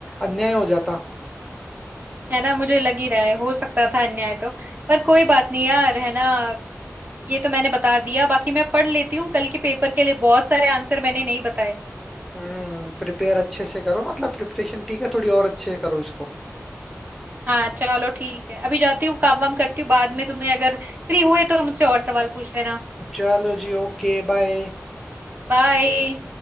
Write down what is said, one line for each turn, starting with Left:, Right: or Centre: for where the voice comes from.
Centre: अन्याय हो जाता
Right: है ना मुझे लग ही रहा है हो सकता था अन्याय तो पर कोई बात नहीं यार है ना ये तो मैंने बता दिया बाकी मैं पढ़ लेती हूँ कल के पेपर के लिए बहुत सारे आंसर मैंने नहीं बताए
Centre: हम्म प्रिपेयर अच्छे से करो मतलब प्रिपरेशन ठीक है थोड़ी और अच्छे से करो इसको
Right: हाँ चलो ठीक है अभी जाती हूँ काम वाम करती हूँ बाद में तुम्हें अगर फ्री हुए तो मुझसे और सवाल पूछ लेना
Centre: चलो जी ओके बाय
Right: बाय